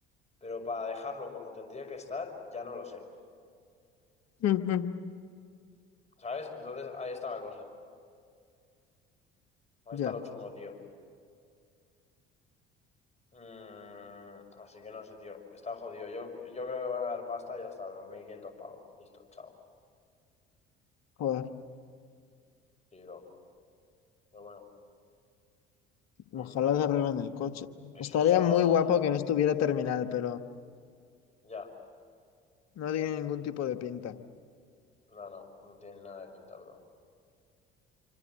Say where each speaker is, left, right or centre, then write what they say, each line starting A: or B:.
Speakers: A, on the left; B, on the left.
A: Pero para dejarlo como tendría que estar, ya no lo sé.
B: Ujú.
A: ¿Sabes? Entonces ahí está la cosa. Ahí
B: ya.
A: está lo chungo, tío. Mm, así que no sé, tío. Está jodido. Yo, yo creo que van a dar pasta y ya está. dos mil quinientos pavos. Listo, chao.
B: Joder,
A: Libro. Pero bueno,
B: ojalá
A: mm,
B: se arreglen el coche.
A: esos
B: Estaría
A: son...
B: muy guapo que no estuviera terminal, pero
A: Ya.
B: no tiene ningún tipo de pinta.
A: No, no. No tienen nada de pinta, bro.